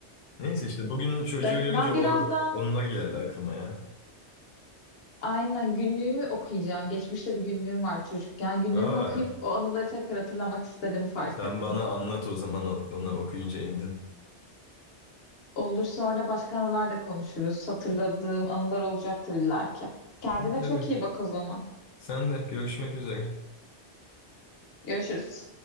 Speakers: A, on the left (about 85°); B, on the left (about 60°).
A: Neyse işte bugün çocuğu
B: Ben
A: görünce
B: ben
A: o
B: birazdan
A: onlar geldi aklıma ya.
B: aynen günlüğümü okuyacağım. Geçmişte bir günlüğüm var çocukken. Günlüğümü
A: Aa,
B: okuyup o anıları tekrar hatırlamak istediğimi fark
A: sen
B: ettim.
A: bana anlat o zaman o- ona okuyunca elden.
B: Olur sonra başka anılar da konuşuruz. Hatırladığım anılar olacaktır illaki. Kendine
A: Tabii tabii.
B: çok iyi bak o zaman.
A: Sen de görüşmek üzere.
B: Görüşürüz.